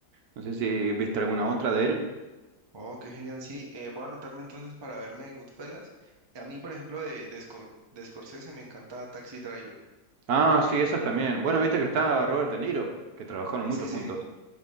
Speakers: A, on the right (about 70°); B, on the right (about 25°).
A: No sé si viste alguna otra de él.
B: Oh, qué genial, sí. Eh, voy a anotarme entonces para verme en Goodfellas. A mí, por ejemplo, de, de, Sco- de Scorsese me encanta Taxi Driver.
A: Ah,
B: Creo que,
A: sí, esas también. Bueno, viste que está Robert De Niro, que trabajaron mucho
B: sí,
A: juntos.
B: sí,